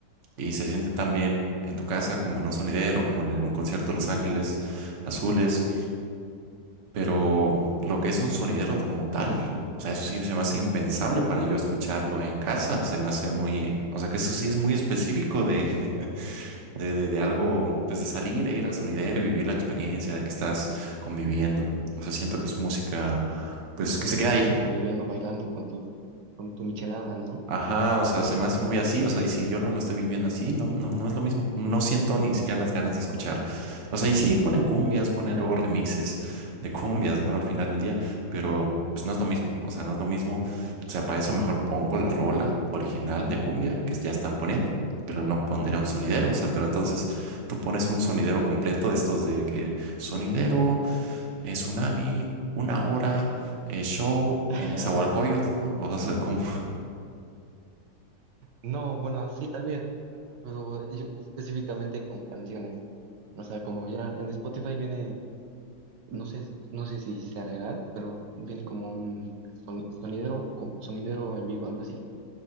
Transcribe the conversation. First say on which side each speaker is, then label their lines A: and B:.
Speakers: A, on the right; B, on the right.
A: y se siente tan bien en tu casa como en un sonidero, como en un concierto de Los Ángeles Azules. Pero lo que es un sonidero como tal, o sea, eso sí se me hace impensable para yo escucharlo en casa. Se me hace muy, o sea, que eso sí es muy específico de, <laughs> de, de- de algo, pues de salir e ir al sonidero y vivir la experiencia de que estás conviviendo. O sea, siento que es música, pues
B: <laughs>
A: que
B: de
A: se queda
B: que estás
A: ahí,
B: ahí conviviendo, bailando con tu, con tu michelada, ¿no?
A: Ajá, o sea, se me hace muy así, o sea, y si yo no lo estoy viviendo así, no, no, no es lo mismo, no siento ni siquiera las ganas de escuchar. O sea, y sí ponen cumbias, ponen luego remixes de cumbias, ¿no? Al final del día, pero pues no es lo mismo, o sea, no es lo mismo, o sea, para eso mejor pongo la rola original de cumbia que ya están poniendo, pero no pondría un sonidero, o sea, pero entonces tú pones un sonidero completo de estos de que sonidero, eh, tsunami, una hora, eh, show
B: <laughs>
A: en Nezahualcóyotl, o sea, como...
B: No, bueno, sí también, pero yo específicamente con canciones. O sea, como ya en Spotify viene, no sé, no sé si sea legal, pero viene como un soni- sonidero, co- sonidero en vivo, algo así.